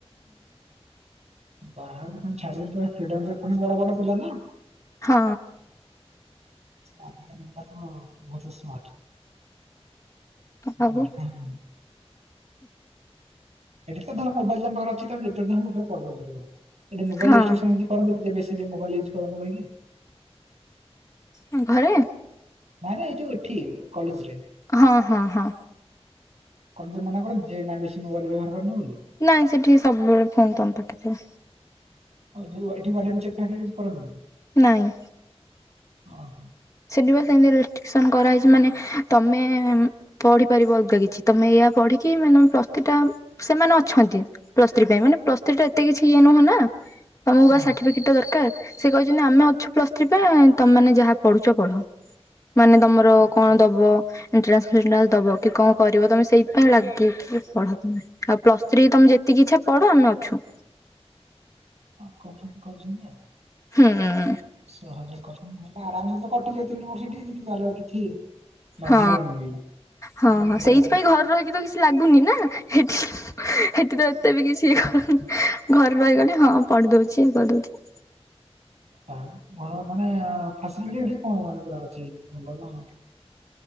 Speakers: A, on the right; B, on the left.
A: ବାହାରକୁ କଣ ଛାଡ଼ିଦେବେ ଫ୍ରୀଡ଼ମ ରେ ପୁଣି ବଡ ବଡ ପିଲା ନା।
B: ହଁ।
A: ଆଜି କାଲି ପିଲା ତ ବହୁତ ସ୍ମାର୍ଟ। <unintelligible>
B: ଆଉ
A: ଏଠି ତ ଧର ମୋବାଇଲ ତମ ପାଖରେ ଅଛି ତମେ ଯେତେବେଳେ ଚାହିଁବ ସେତେ କଲ ପାରିବ। ଏଠି ମୋବାଇଲ
B: ହଁ
A: ରେଷ୍ଟିରିକ୍ସନ କିଛି କରନ୍ତିନି ଯିଏ ବେଶୀ ୟ ମୋବଲ ୟୁଜ୍ କର କହିକି?
B: ହଁ ଘରେ?
A: ନାଇଁ ନାଇଁ ଏଇ ଯୋଉ ଏଠି କଲେଜ ରେ?
B: ହଁ ହଁ ହଁ।
A: କଲେଜ ରେ ମନା କରନ୍ତି ଯେ ନାଇ ବେଶୀ ମୋବାଇଲ ବ୍ୟବହାର କରନୁ ବୋଲି?
B: ନାଇଁ ସେଠି ସବୁବେଳେ ଫୋନ ତମ ପାଖେ ଥିବ।
A: ଉ ଯଉ ଏଠି <unintelligible> ଚେକ ଫାକ କିଛି କରନ୍ତିନି?
B: ନାଇଁ।
A: ଓ ହୋ
B: ସେଠି ବା ସେମତି ରେଷ୍ଟ୍ରିକସନ କରାହେଇଛି ମାନେ ତମେ-ଏ-ଏ-ଏ ପଢିପାରିବ ଅଲଗା କିଛି ତମେ ଏୟା ପଢିକି ମାନେ ପ୍ଲସ ଥ୍ରୀ ଟା ସେମାନେ ଅଛନ୍ତି ପ୍ଲସ ଥ୍ରୀ ପାଇଁ ମାନେ ପ୍ଲସ ଥ୍ରୀ ଟା ଏତେ କିଛି ଇଏ ନୁହଁ ନା। ତମକୁ ବା
A: ହଁ
B: ସାର୍ଟିଫିକେଟ୍ ଟା ଦରକାର ସେ କହିଛନ୍ତି ଆମେ ଅଛୁ ପ୍ଲସ୍ ଥ୍ରୀ ପାଇଁ ଆ-ଆ ତମେ ମାନେ ଯାହା ପଢୁଛ କଣ ମାନେ ତମର
A: ଆଚ୍ଛା
B: କଣ ଦବ ଏଣ୍ଟାନ୍ସ ଫେଣ୍ଟାନ୍ସ୍ ଦବ କି କଣ କରିବ ତମେ ସେଇଥି ପାଇ ଲାଗିକି ପଢ ଆଉ ପ୍ଲସ ଥ୍ରୀ ତମେ ଯେ ଯେତିକି ଇଚ୍ଛା ପଢ ଆମେ ଅଛୁ।
A: ଆଉ କପରେଟ କରୁଛନ୍ତି ଆଉ
B: ହୁଁ-ଉ-ଉ।
A: ସହଜ କଥା ହେଲେ ଆରାମସେ କଟିଯିବ ତିନି ବର୍ଷ ଟି ତାହେଲେ କିଛି ବାଧିବନି
B: ହଁ
A: ବି
B: ହଁ
A: ଏ
B: ହଁ
A: ପୁରା
B: ସେଇଥିପାଇଁ
A: ଇଜି।
B: ଘରେ ରହିକି ତ କିଛି ଲାଗୁନି ନା ସେଠି ସେଠି ତ ଏତେ ବି କିଛି ଘରେ ରହିଗଲେ ହଁ ପଢି ଦଉଛି ଇଏ କରି ଦଉଛି।
A: ତାହେଲେ କଣ ମାନେ-ଏ-ଏ ଫାସିଲିଟି ଏଠି କଣ ମାନେ ପୁରା ଅଛି ଭଲ କଣ?